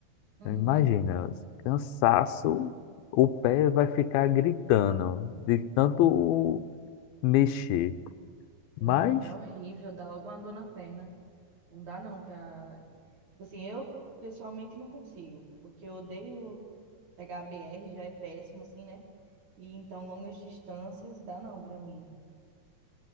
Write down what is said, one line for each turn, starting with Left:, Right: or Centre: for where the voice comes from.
Right: Uhum.
Left: Então, Imagina, cansaço, o pé vai ficar gritando de tanto mexer.
Right: Não,
Left: Mas
Right: é horrível, dá logo uma dor na perna. Não dá não pra. Tipo assim, eu pessoalmente não consigo, porque eu odeio pegar a BR, já é péssimo assim, né? E então longas distâncias dá não pra mim.